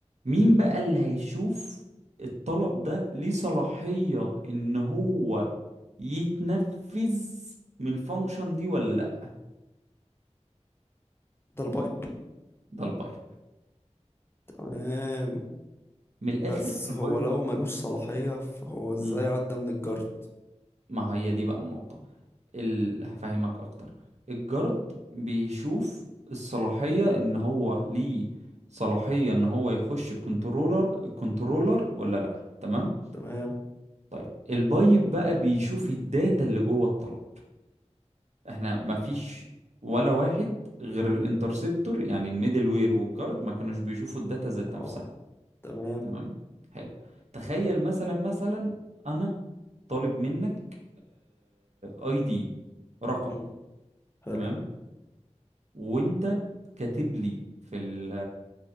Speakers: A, on the right; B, on the left.
A: مين بقى اللي هيشوف الطلب ده ليه صلاحية ان هو يتنفذ من الفانكشن دي ولا لا
B: ده البايب
A: ده البايب
B: تمام
A: من الاخر
B: بس
A: البايب
B: هو لو ملوش صلاحيه فهو ازاي
A: مم.
B: عدى من الجارد
A: ما هي دي بقى النقطة ال... هفهمك اكتر الجارد بيشوف الصلاحية ان هو ليه صلاحية ان هو يخش الكنترولر الكنترولر ولا لا تمام
B: تمام
A: طيب البايب بقى بيشوف الداتا اللي جوه الطلب احنا مفيش ولا واحد غير الانترسبتور يعني الميدل وير والجارد ما كانوش بيشوفوا الداتا ذات
B: اه
A: نفسها
B: تمام
A: تمام حلو تخيل مثلا مثلا انا طالب منك اي دي رقم
B: مم. حلو
A: تمام وانت كاتب لي في ال